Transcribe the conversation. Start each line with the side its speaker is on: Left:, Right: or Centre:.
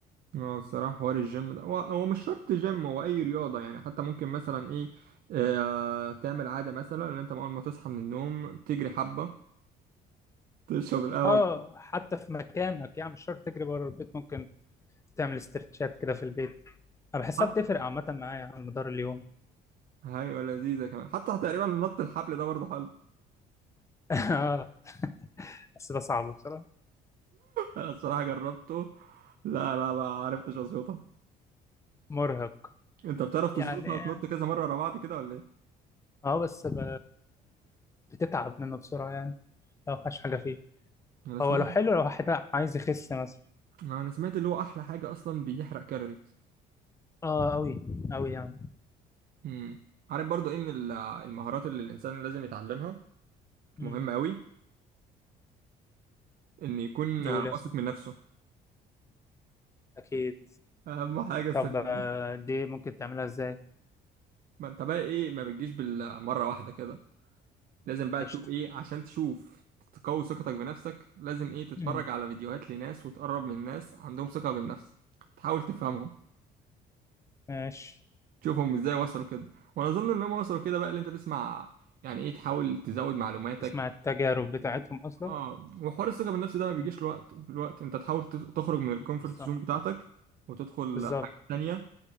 Right: اه الصراحه حوار الجيم ده هو هو مش شرط جيم هو اي رياضه يعني حتى ممكن مثلا ايه آه تعمل عاده مثلا ان انت اول ما تصحى من النوم تجري حبه تشرب القهوة
Left: اه حتى في مكانك يعني مش شرط تجري بره البيت ممكن تعمل استرتشات كده في البيت أنا بحسها
Right: حتى
Left: بتفرق عامة معايا على مدار اليوم
Right: أيوة لذيذة كمان حتى تقريبا نط الحبل ده برضه حلو
Left: <laughs> اه بس ده صعب بصراحة
Right: أنا الصراحة جربته لا لا ما عرفتش أظبطها
Left: مرهق
Right: أنت بتعرف تظبطها
Left: يعني
Right: وتنط كذا مرة ورا بعض كده ولا إيه؟
Left: اه بس ب... بتتعب منه بسرعة يعني لو مفيهاش حاجة فيه
Right: أنا سمعت
Left: هو لو حلو لو واحد عايز يخس مثلا
Right: أنا سمعت اللي هو أحلى حاجة أصلا بيحرق كالوريز
Left: اه أوي أوي يعني
Right: امم عارف برضه إيه من ال- المهارات اللي الإنسان لازم يتعلمها
Left: امم
Right: مهمة أوي إن يكون
Left: قول
Right: واثق
Left: يا سلام
Right: من نفسه
Left: أكيد
Right: أهم حاجة الثقة
Left: طب آه،
Right: بالنفس.
Left: دي ممكن تعملها إزاي؟
Right: ما أنت بقى إيه ما بتجيش بالمرة واحدة كده لازم بقى
Left: قشطة
Right: تشوف ايه عشان تشوف تقوي ثقتك بنفسك لازم ايه تتفرج
Left: امم
Right: على فيديوهات لناس وتقرب من ناس عندهم ثقة بالنفس تحاول تفهمهم
Left: ماشي
Right: تشوفهم ازاي وصلوا كده وانا اظن ان هم وصلوا كده بقى اللي انت تسمع يعني ايه تحاول تزود معلوماتك
Left: تسمع التجارب بتاعتهم أصلا
Right: اه وحوار الثقة بالنفس ده ما بيجيش
Left: مم.
Right: الوقت في الوقت انت تحاول تت- تخرج من الكومفورت
Left: بالظبط
Right: زون بتاعتك وتدخل
Left: بالظبط
Right: حاجات تانية